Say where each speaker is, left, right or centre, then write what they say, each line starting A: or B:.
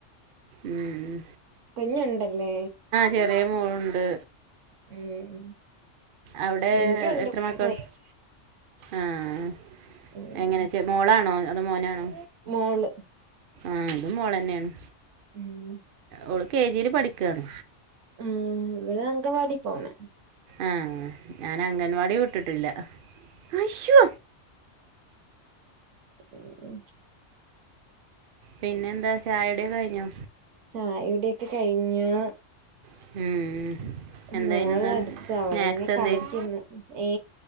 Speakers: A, on the right; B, on the right.
A: ഉം
B: കുഞ്ഞുണ്ടല്ലേ?
A: ചെറിയമോളുണ്ട്
B: ഉം
A: അവിടേ
B: എനിക്കുണ്ട്
A: എത്ര
B: മൂന്ന്
A: മക്കൾ.
B: വയസ്സ്
A: ആഹ്‌
B: ഉം
A: എങ്ങനെച്ച മോളാണോ? അതോ മോനാണോ?
B: മോള്.
A: ആഹ്‌ ഇതും മോളെന്നെണ്
B: ഉം
A: ഓള് കെ ജിൽ പഠിക്കാണ്.
B: മ് ഇവിടെ അങ്കവാടി പോണ്.
A: ആഹ്‌ ഞാൻ അംഗൻവാടി വിട്ടിട്ടില്ല ആഷു.
B: ങേഹ്
A: പിന്നെന്താ ചായ കുടി കഴിഞ്ഞോ?
B: ചായ കുടിയൊക്കെ കഴിഞ്ഞു.
A: ഉം എന്തായിനിന്ന്
B: മോളടുത്ത അവളെന്നേ
A: സ്നാക്സ് എന്തേനു
B: കടിക്ക്ന്ന് ഹെ